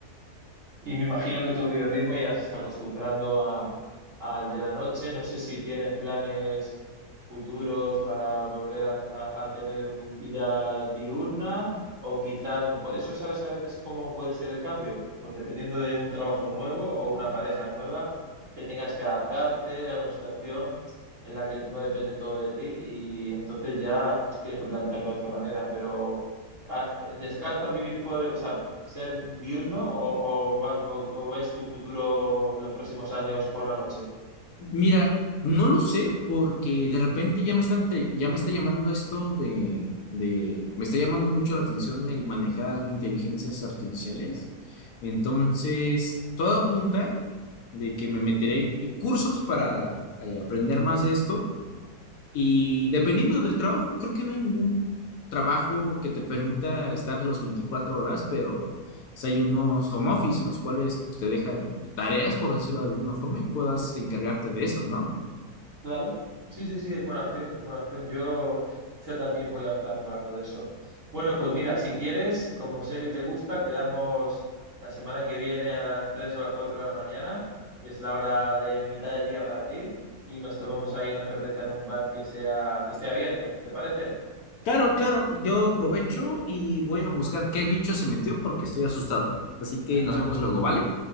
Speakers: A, on the right (about 55°); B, on the left (about 70°).
A: Y me imagino que tu biorritmo ya se está acostumbrando a, al de la noche. No sé si tienes planes futuros para volver a, a- a tener un- vida diurna o quizá a lo mejor eso sabes a veces cómo puede ser el cambio. Pues dependiendo de un trabajo nuevo o una pareja nueva, que tengas que adaptarte a una situación en la que no depende todo de ti y entonces ya pues tienes que plantearlo de otra manera. Pero ah, descartas vivir por, o sea, ser diurno o, o, va- o- o ves tu futuro los próximos años por la noche?
B: Mira, no lo sé porque de repente ya me está entre- ya me está llamando esto de, de, me está llamando mucho la atención el manejar inteligencias artificiales. Entonces, todo apunta de que me meteré en cursos para eh, aprender más de esto y dependiendo del trabajo, creo que no hay ningún trabajo que te permita estar los 24 horas, pero si hay unos home office en los cuales pues te dejan tareas, por decirlo de alguna forma, y puedas encargarte de eso, ¿no?
A: Claro, sí, sí, sí, es buena opción, es buena opción. Yo quizá también voy a optar por algo de eso. Bueno, pues mira, si quieres, como sé que te gusta, quedamos la semana que viene a las 3 o las 4 de la mañana, que es la hora de mitad del día para ti, y nos tomamos ahí una cerveza en un bar que sea, que esté abierto, ¿te parece?
B: Claro, claro, yo aprovecho y voy a buscar qué bicho se metió porque estoy asustado. Así que
A: <laughs>
B: nos vemos luego, ¿vale?